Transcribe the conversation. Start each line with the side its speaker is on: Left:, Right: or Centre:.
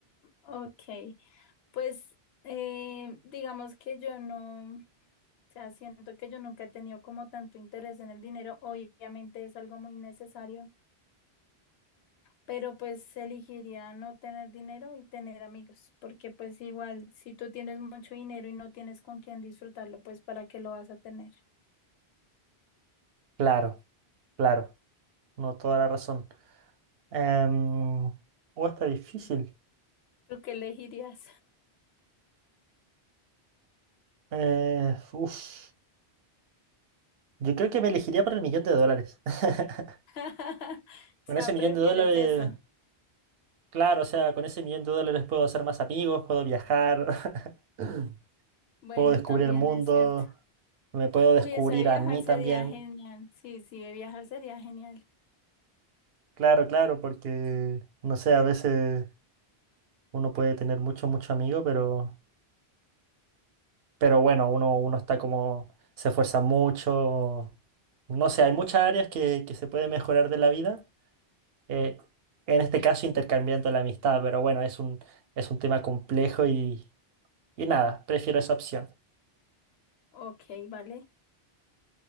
Left: Ok, pues eh, digamos que yo no, o sea, siento que yo nunca he tenido como tanto interés en el dinero. Obviamente es algo muy necesario pero pues elegiría no tener dinero y tener amigos, porque pues igual si tú tienes mucho dinero y no tienes con quién disfrutarlo, pues ¿para qué lo vas a tener?
Right: Claro, claro, no, toda la razón. Em, oh, está difícil.
Left: ¿Tú qué elegirías?
Right: Eh, uf. Yo creo que me elegiría por el millón de dólares. <laughs>
Left: <laughs>
Right: Con
Left: O sea,
Right: ese millón
Left: prefieres
Right: de dólares,
Left: eso.
Right: claro, o sea, con ese millón de dólares puedo hacer más amigos, puedo viajar, <laughs>
Left: Bueno,
Right: puedo descubrir
Left: también
Right: el mundo,
Left: es cierto.
Right: me puedo descubrir
Left: Uy, eso de viajar
Right: a mí
Left: sería
Right: también.
Left: genial. Sí, sí, de viajar sería genial.
Right: Claro, claro, porque, no sé, a veces uno puede tener mucho, mucho amigo, pero, pero bueno, uno, uno está como, se esfuerza mucho. No sé, hay muchas áreas que, que se puede mejorar de la vida. eh, en este caso intercambiando la amistad, pero bueno, es un, es un tema complejo y, y nada, prefiero esa opción.
Left: Ok, vale.